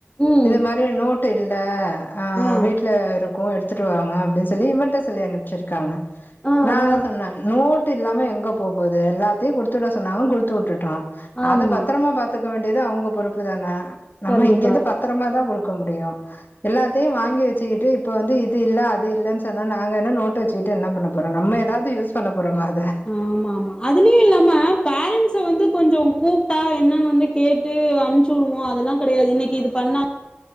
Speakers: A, on the left; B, on the left.
A: ம்.
B: இது மாரி நோட்டு இல்ல அ
A: ஆ.
B: வீட்ல இருக்கு எ ட்த்துட்டுவாங்க அப்டின் சொல்லி இவன்ட்ட சொல்லி அனுப்ச்சிருக்காங்க
A: ஆ
B: நா அதா
A: ஆ.
B: சொன்ன நோட்டு இல்லாம எங்க போ போது எல்லாத்தையு குடுத்துட சொன்னாங்க குடுத் துட்டுட்டோ
A: ஆமா.
B: அத பத்திரமா பாத்துக்க வேண்டியது அவங்க பொறுப்பு தான நம்ம
A: கண்டிப்பா.
B: இங்கேந்து பத் பத்துரமா தா குடுக்க முடியு எல்லாத்தையு வாங்கி வச்சுக்கிட்டு இப்போ வந்து இது இல்ல அது இல்லன் சொன்னா நாங்க என்ன நோட்டு வச்சுக்கிட்டு என்ன பண்ணப் போறோ நம்ம ஏதாது யூஸ் பண்ண போறோமா அத
A: ஆமாமா அதுலயு இல்லாம
B: கேக்
A: மிஸ்ஸு வந்து கொஞ்சோ கூப்ட்டா என்னன் வந்து கேட்டு அமுச்சு விடுவோ அதெல்லா கெடையாது இன்னைக்கி இது பண்ணா